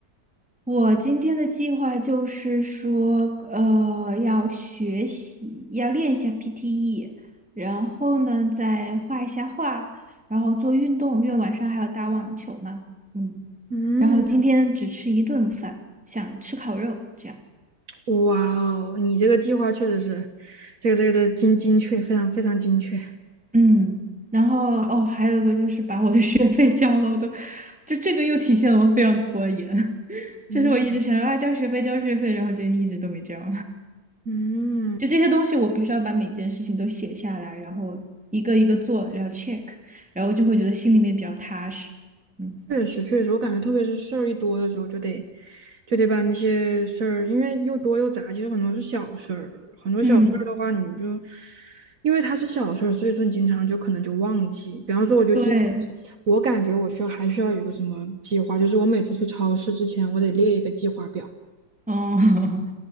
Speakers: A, in the centre; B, on the right (about 60°).
A: 我今天的计划就是说，呃，要学习，要练一下 PTE，然后呢，再画一下画，然后做运动，因为晚上还要打网球嘛，嗯，
B: 嗯。
A: 然后今天只吃一顿饭，想吃烤肉，这样，
B: 哇哦，你这个计划确实是，这个这个这个精精确，非常非常精确。
A: 嗯，然后哦，还有一个就是把我的 <laughs> 学费交了，我都，这这个又体现了我非常拖延，<laughs>
B: 嗯
A: 就是我一直想要啊交学费交学费，然后就一直都没交。
B: 嗯，
A: 就这些东西，我必须要把每件事情都写下来，然后一个一个做，然后 check，然后就会觉得心里面比较踏实。嗯
B: 确实确实，我感觉特别是事儿一多的时候，就得就得把那些事儿，因为又多又杂，其实很多是小事儿，很多小事儿的话，
A: 嗯，
B: 你就因为它是小事儿，所以说你经常就可能就忘记。比方说，我就经常，
A: 对，
B: 我感觉我需要还需要有一个什么计划，就是我每次去超市之前，我得列一个计划表。
A: 嗯，<laughs>